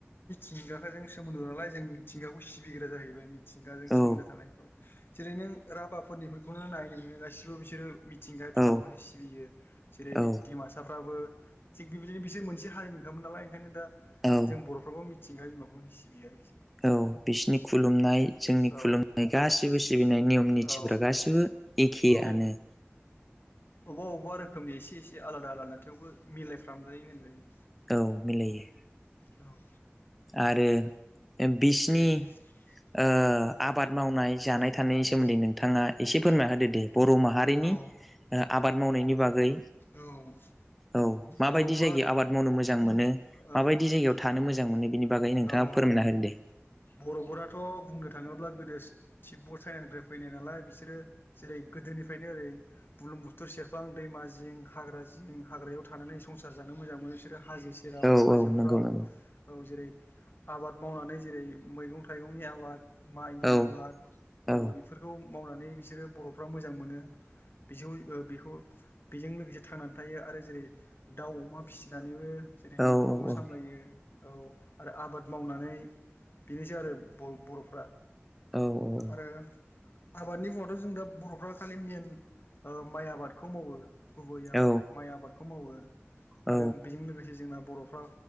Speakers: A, on the left; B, in the centre.
A: मिथिंगाखो सोमोन्दो नालाय जों मिथिंगाखौ सिबिग्रा जाहैबाय मिथिंगाजों
B: औ
A: सोमोन्दो थानायखौ जेरै नों राभाफोरनिफोरखौनो नाय नोङो गासिबो बिसोरो मिथि मिथिंगा बिमाखौनो
B: औ
A: सिबियो जेरै
B: औ
A: दिमासा फ्राबो थिग बेबिदिनो बिसोर मोनसे हारिनि खामोन नालाय ओंखायनो दा
B: औ
A: जों बरफ्राबो मिथिंगा‌ बिमाखोनो सिबियो आरो।
B: औ बिसिनि खुलुमनाय जोंनि
A: औ
B: खुलुमनाय गासिबो सिबिनाय नियम निथिफोरा
A: औ
B: गासिबो एखे
A: औ
B: आनो।
A: अबेबा अबेबा रोखोमनि एसे एसे आलादा आलादा थेवबो मिलायफ्रामजायो होनजायो
B: औ मिलायो।
A: औ।
B: आरो बिसनि
A: जेरै
B: ओ
A: औ
B: आबाद मावनाय जानाय थानायनि सोमोन्दै नोंथाङा एसे फोरमायना होदो दे बर माहारिनि
A: औ
B: आबाद मावनायनि बागै
A: औ
B: औ माबायदि
A: बर'फोरा
B: जायगायाव आबाद मावनो मोजां मोनो
A: औ
B: माबायदि
A: औ
B: जायगायाव थानो मोजां मोनो। बिनि बागै नोंथाङा
A: औ
B: फोरमायना होदो दे
A: बरफोराथ बुंनो थाङोब्ला गोदोस तिपबड चाइनानिफ्राय फैनाय नालाय बिसोरो जेरै गोदोनिफ्रायनो ओरै बुलुं बुथुर सेरफां दैमा जिं हाग्रा जिं जिं हाग्रायाव थानानै संसार जानो मोजां मोनो बिसोरो हाजो सेराव
B: औ
A: हाजोफ्राव
B: औ नंगौ नंगौ
A: औ जेरै आबाद मावनानै जेरै मैगं थाइगंनि आबाद माइनि
B: औ
A: आबाद
B: औ
A: ओ बेफोरखौ मावनानै बिसोरो बर'फ्रा मोजां मोनो बिसोर बेखौ बेजों लोगोसे थांनानै थायो आरो जेरै दाउ अमा फिसिनानैबो जेरै
B: औ
A: न'खरखौ सामलायो
B: औ
A: औ आरो आबाद मावनानै बेनोसै आरो बर'फ्रा।
B: औ औ।
A: आरो आबादनि मुङावथ' जों दा बर'फ्रा खालि मेन ओ माइ आबादखौ मावो। गुबै आबाद
B: औ
A: माइ आबादखौ मावो
B: औ
A: आरो बेजों लोगोसे जोंना बर'फ्रा